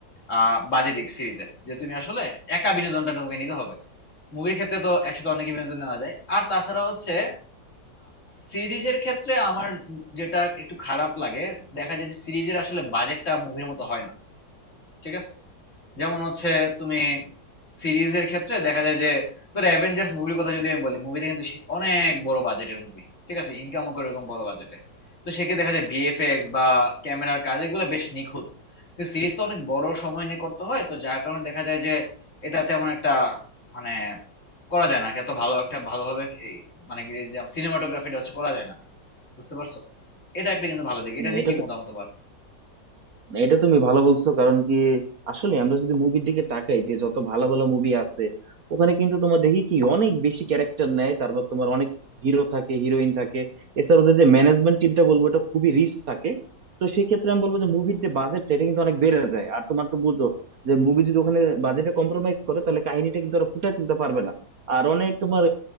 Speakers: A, on the left; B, on the right.
A: আহ, বাজে দিক সিরিজের যে তুমি আসলে একা বিনোদনটা তোমাকে নিতে হবে মুভির ক্ষেত্রে তো একসাথে অনেকই বিনোদন নেওয়া যায় আর তাছাড়া হচ্ছে সিরিজের ক্ষেত্রে আমার যেটা একটু খারাপ লাগে দেখা যায় যে সিরিজের আসলে বাজেটটা মুভির মতো হয় না ঠিক আছে যেমন হচ্ছে তুমি সিরিজের ক্ষেত্রে দেখা যায় যে তোর অ্যাভেঞ্জার্স মুভির কথা যদি আমি বলি মুভিতে কিন্তু সে- অনেক বড় বাজেটের মুভি ঠিক আছে ইনকামও করে এরকম বড় বাজেটে তো সেক্ষেত্রে দেখা যায় ভিএফএক্স বা ক্যামেরার কাজ এগুলো বেশ নিখুঁত কিন্তু সিরিজ তো অনেক বড় সময় নিয়ে করতে হয় তো যার কারণে দেখা যায় যে এটা তেমন একটা মানে করা যায় না আর কি, এত ভালো একটা ভালোভাবে এই মানে এই যে সিনেমাটোগ্রাফিটা হচ্ছে করা যায় না বুঝতে পারছো এটা একটা কিন্তু ভালো দিক এটা
B: না
A: নিয়ে
B: এটা
A: কি
B: তো
A: মতামত তোমার
B: না, এটা তুমি ভালো বলছো কারণ কি আসলে আমরা যদি মুভির দিকে তাকাই যে যত ভালো ভালো মুভি আছে ওখানে কিন্তু তোমার দেখি কি অনেক বেশি ক্যারেক্টার নেয় তারপর তোমার অনেক হিরো থাকে হিরোইন থাকে এছাড়া ওদের যে ম্যানেজমেন্ট টিমটা বলবো এটা খুবই রিস্ক থাকে তো সেই ক্ষেত্রে আমি বলবো যে মুভির যে বাজেট এটা কিন্তু অনেক বেড়ে যায় আর তোমার তো বুঝো যে মুভি যদি ওখানে বাজেটে কম্প্রোমাইজ করে তাহলে কাহিনীটা কিন্তু ওরা ফুটিয়ে তুলতে পারবে না আর অনেক তোমার